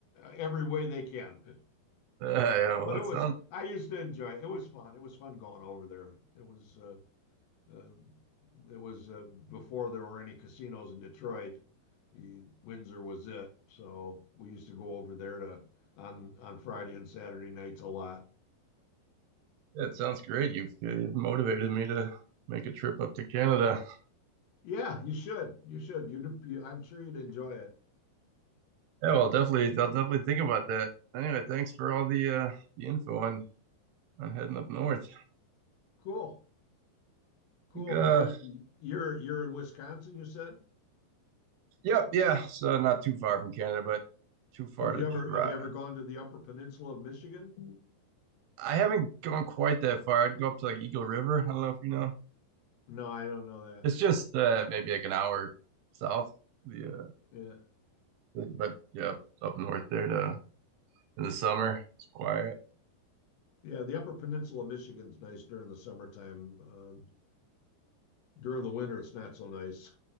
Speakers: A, on the left; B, on the right.
A: every way they can.
B: Uh, yeah, well,
A: But
B: that
A: it was
B: sounds
A: I used to enjoy it. It was fun. It was fun going over there. It was uh, Uh, it was uh, before there were any casinos in Detroit. Windsor was it, so we used to go over there to on on Friday and Saturday nights a lot.
B: that sounds great. You've, you've motivated me to make a trip up to Canada.
A: Yeah, you should. You should. You'd, you, I'm sure you'd enjoy it.
B: Yeah, well, definitely, I'll definitely think about that. Anyway, thanks for all the uh, the info on on heading up north.
A: Cool.
B: I
A: Cool.
B: think, uh,
A: Have you you're you're in Wisconsin, you said?
B: yep, yeah, so not too far from Canada, but too far
A: Have
B: to
A: you ever
B: drive.
A: have you ever gone to the Upper Peninsula of Michigan?
B: I haven't gone quite that far. I'd go up to like Eagle River. I don't know if you know.
A: No, I don't know that.
B: It's just uh, maybe like an hour south. Yeah,
A: Yeah.
B: but yeah, up north there to in the summer. It's quiet.
A: Yeah, the Upper Peninsula of Michigan's nice during the summertime. Uh, during the winter, it's not so nice.